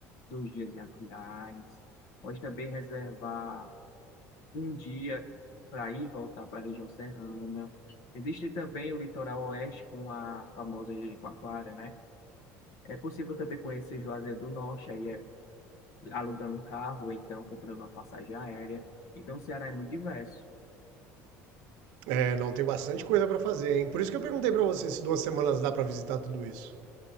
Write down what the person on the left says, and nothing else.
dois dias em Aquiraz. Pode também reservar um dia para ir e voltar para a região serrana. Existe também o litoral oeste com a famosa Jericoacoara, né? É possível também conhecer Juazeiro do Norte, aí é alugando um carro ou então comprando uma passagem aérea. Então o Ceará é muito diverso.